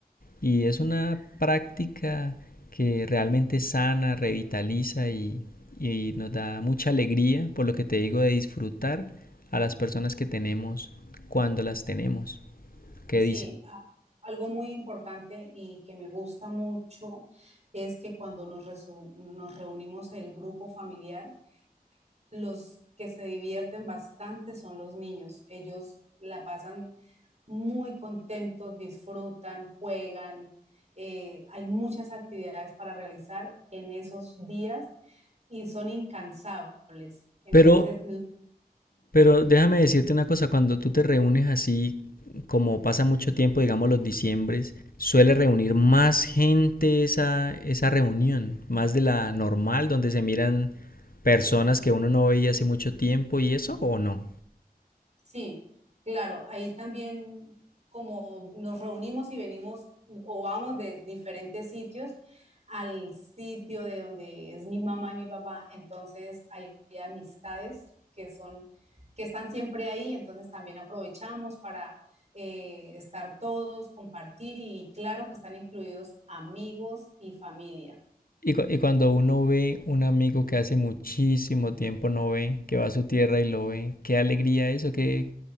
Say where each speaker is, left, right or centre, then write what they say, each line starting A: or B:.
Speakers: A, on the left; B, on the right.
A: y es una práctica que realmente sana, revitaliza y, y nos da mucha alegría por lo que te digo de disfrutar a las personas que tenemos cuando las tenemos. ¿Qué
B: Sí,
A: dice?
B: a- algo muy importante y que me gusta mucho es que cuando nos, resu- nos reunimos el grupo familiar, los que se divierten bastante son los niños. Ellos la pasan muy contentos, disfrutan, juegan. eh, hay muchas actividades para realizar en esos días y son incansables. Entonces,
A: Pero Pero déjame decirte una cosa, cuando tú te reúnes así, como pasa mucho tiempo, digamos los diciembres, suele reunir más gente esa, esa reunión, más de la normal, donde se miran personas que uno no veía hace mucho tiempo y eso, ¿o no?
B: Sí, claro, ahí también como nos reunimos y venimos o vamos de diferentes sitios al sitio de donde es mi mamá y mi papá, entonces hay amistades que son, que están siempre ahí, entonces también aprovechamos para eh, estar todos, compartir y claro que están incluidos amigos y familia.
A: Y, cu- y cuando uno ve un amigo que hace muchísimo tiempo no ve, que va a su tierra y lo ve, qué alegría eso, qué,